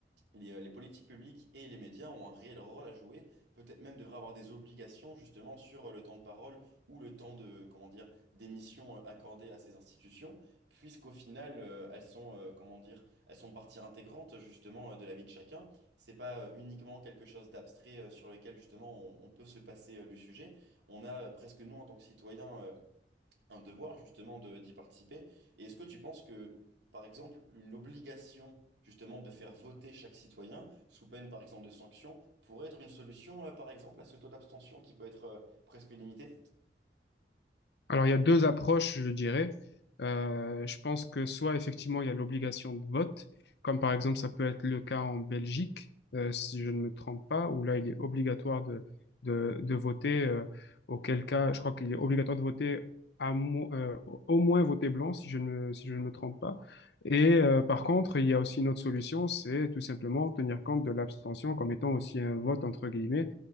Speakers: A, on the right; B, on the left.
A: les, euh, les politiques publiques et les médias ont un réel rôle à jouer, peut-être même devraient avoir des obligations justement sur euh, le temps de parole ou le temps de, comment dire, d'émission euh, accordée à ces institutions, puisqu'au final, euh, elles sont, euh, comment dire, elles sont partie intégrante justement euh, de la vie de chacun. C'est pas euh, uniquement quelque chose d'abstrait euh, sur lequel justement on, on peut se passer euh, du sujet. On a euh, presque nous en tant que citoyens euh, un devoir justement de d'y participer. Et est-ce que tu penses que, par exemple, une obligation justement de faire voter chaque citoyen, sous peine par exemple de sanctions, pourrait être une solution, euh, par exemple, à ce taux d'abstention qui peut être euh, presque illimité?
B: Alors, il y a deux approches, je dirais. Euh, je pense que soit effectivement il y a l'obligation de vote, comme par exemple ça peut être le cas en Belgique, euh, si je ne me trompe pas, où là il est obligatoire de, de, de voter, euh, auquel cas je crois qu'il est obligatoire de voter à mo- euh, au moins voter blanc, si je ne, si je ne me trompe pas. Et euh, par contre, il y a aussi une autre solution, c'est tout simplement tenir compte de l'abstention comme étant aussi un vote entre guillemets,